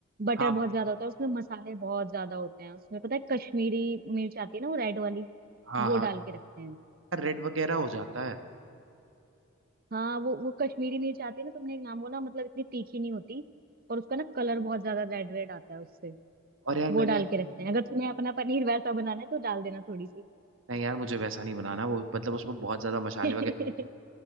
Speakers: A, on the right; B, on the right.
A: बटर
B: हाँ
A: बहुत ज्यादा होता है उसमें मसाले बहुत ज्यादा होते हैं उसमें पता है कश्मीरी मिर्च आती है ना वो रेड वाली
B: हाँ
A: वो
B: हाँ
A: डाल के रखते हैं
B: रेड वगैरह हो जाता है
A: हाँ वो वो कश्मीरी मिर्च आती है ना तुमने एक नाम वो ना मतलब इतनी तीखी नहीं होती और उसका ना कलर बहुत ज्यादा रेड रेड आता है उससे
B: और यार
A: वो
B: मैंने
A: डाल के रखते हैं अगर तुम्हें अपना पनीर वैसा बनाना है तो डाल देना थोड़ी सी
B: नहीं यार मुझे वैसा नहीं बनाना वो मतलब उसमें बहुत ज्यादा मसाले
A: <laughs>
B: वगैरह